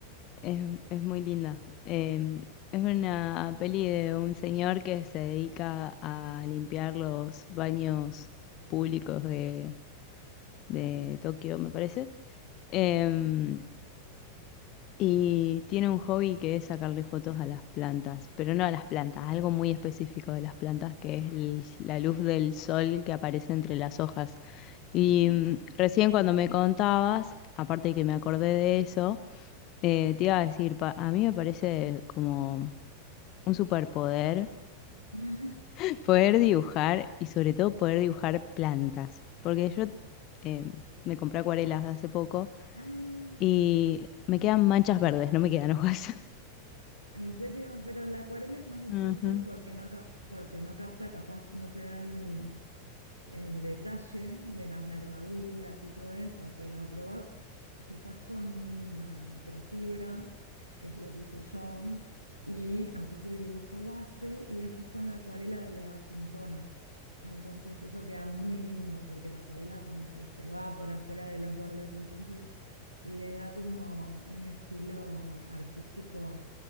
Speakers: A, on the left; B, on the right.
A: es, es muy linda. Eh, es una peli de un señor que se dedica a limpiar los baños públicos de, de Tokio, me parece. Em,
B: Ah,
A: Y tiene un hobby que es sacarle fotos a las plantas, pero no a las plantas, algo muy específico de las plantas que es el- la luz del sol que aparece entre las hojas. Y
B: ah,
A: mm, recién cuando me contabas, aparte de que me acordé de eso, eh, te iba a decir, pa- a mí me parece como un superpoder
B: <laughs>
A: <laughs> poder dibujar y sobre todo poder dibujar plantas, porque yo eh, me compré acuarelas hace poco
B: ah,
A: y me quedan manchas verdes, no me quedan hojas.
B: en serio, pero la acuarela es más difícil
A: <laughs>
B: porque no, cap- porque no capta, capaz, no te da el- el detalle de las nervaduras y todo eso, pero probá quizás con una microfibra, que es lo que uso yo, y haces el dibujo base y después con la acuarela le das un tono. Entonces eso queda muy lindo porque la acuarela como que se va por afuera de los bordes, entonces le da como un estilo artístico